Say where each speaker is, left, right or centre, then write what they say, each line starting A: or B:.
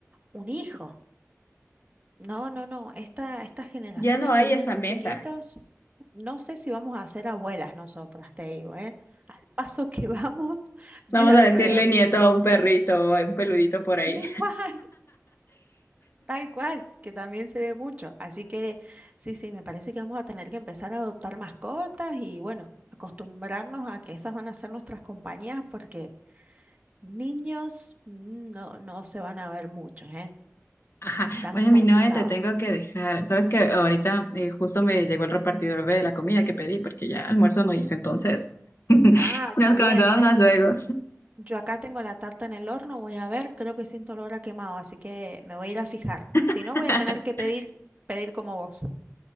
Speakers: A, on the right; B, on the left.
A: un hijo. No, no, no. Esta, estas generaciones
B: Ya no hay
A: que vienen
B: esa
A: más
B: meta.
A: chiquitos, no sé si vamos a ser abuelas nosotras, te digo, ¿eh? Al paso que vamos, <laughs> yo
B: Vamos
A: ya
B: a
A: me
B: decirle
A: veo.
B: nieto a un perrito o a un peludito por ahí.
A: Tal cual, tal cual, que también se ve mucho. Así que sí, sí, me parece que vamos a tener que empezar a adoptar mascotas y bueno, acostumbrarnos a que esas van a ser nuestras compañías porque niños mm, no, no se van a ver muchos, ¿eh?
B: Ajá.
A: Estamos
B: Bueno,
A: complicados.
B: mi Noe, te tengo que dejar. Sabes que ahorita eh, justo me llegó el repartidor de la comida que pedí porque ya almuerzo no hice, entonces
A: Ah,
B: nos
A: qué bien.
B: comentamos más luego.
A: Yo acá tengo la tarta en el horno, voy a ver, creo que siento olor a quemado, así que me voy a ir a fijar. Si
B: <laughs>
A: no, voy a tener que pedir, pedir como vos.